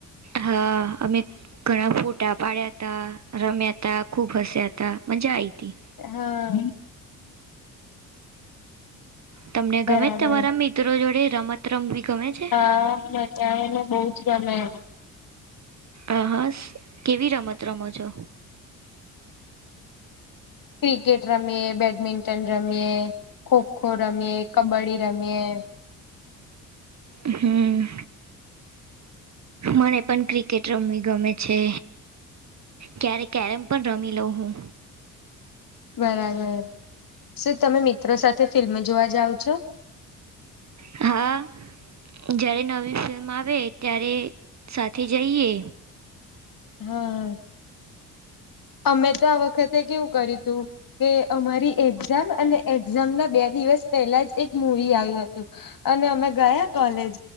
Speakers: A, on the right (about 40°); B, on the left (about 50°).
A: હા અમે ઘણા ફોટા પાડ્યા હતા રમ્યા તા ખૂબ હસ્યા હતા મજા આવી હતી.
B: હા.
A: તમને
B: બરાબર
A: ગમે તમારા મિત્રો જોડે રમત રમવી ગમે છે.
B: હા મજ આવેને બહું જ ગમે.
A: આ હસ કેવી રમત રમો છો.
B: ક્રિકેટ રમીએ બેડમિન્ટન રમીએ ખોખો રમીએ કબડ્ડી રમીએ
A: હમ્મ. મને પણ ક્રિકેટ રમવી ગમે છે. ક્યારે ક્યારે પણ રમી લો હું.
B: બરાબર શું તમે મિત્રો સાથે ફિલ્મ જોવા જાવો છો.
A: હા. જ્યારે નવી ફિલ્મ આવે ત્યારે સાથે જઈએ.
B: હા. અમે તો આ વખતે કેવું કર્યું તું કે અમારી એક્ઝામ અને એક્ઝામ ના બે દિવસ પહેલા જ એક મૂવી આવ્યો હતું. તું અને અમે ગયા કોલેજ